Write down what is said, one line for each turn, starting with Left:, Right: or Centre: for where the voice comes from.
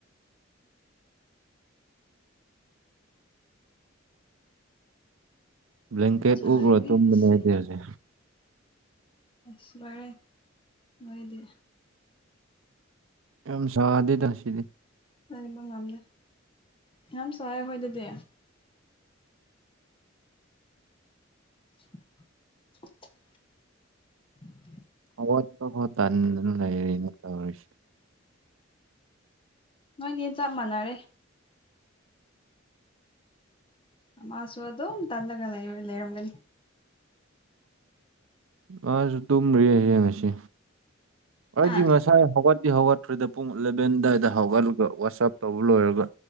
Right: ꯕ꯭ꯂꯦꯟꯀꯦꯠ
Left: ꯆꯥꯏꯕꯤꯁꯦ
Right: ꯎꯕ꯭ꯔꯣ ꯇꯨꯝ ꯂꯩꯗꯁꯦ
Left: ꯑꯁ ꯔꯦ ꯂꯣꯏꯗꯤ
Right: ꯌꯥꯝ ꯁꯥꯗꯦꯗꯁꯤꯗꯤ
Left: ꯂꯩꯕ ꯉꯝꯂꯦ ꯌꯥꯝ ꯁꯥꯏꯦ ꯑꯩꯈꯣꯏ ꯑꯗꯨꯗꯤ <unintelligible>
Right: ꯍ ꯐꯣ ꯊꯟ ꯂꯩꯔꯤ ꯇꯧꯔꯤꯁꯤ
Left: ꯅꯣꯏꯅꯦ ꯆꯞ ꯃꯥꯟꯅꯔꯦ ꯑꯃ ꯁꯗꯣ ꯇꯗ ꯀ ꯂꯩ ꯂꯩ ꯂꯩꯔꯒ
Right: ꯃꯥꯁꯨ ꯇꯨꯝ꯭ꯔꯦ ꯌꯦꯌꯦꯡꯉꯁꯤ ꯑꯩꯗꯤ
Left: ꯍꯥ
Right: ꯉꯁꯥꯏ ꯍꯧꯒꯠ ꯗꯤ ꯍꯧꯒꯠꯇ꯭ꯔꯔꯤꯗ ꯄꯨꯡ ꯏꯂꯚꯦꯟ ꯑꯗꯨꯋꯥꯏꯗ ꯍꯧꯒꯠꯂꯒ ꯋꯥꯆꯞ ꯇꯧꯕ ꯂꯣꯏꯔꯒ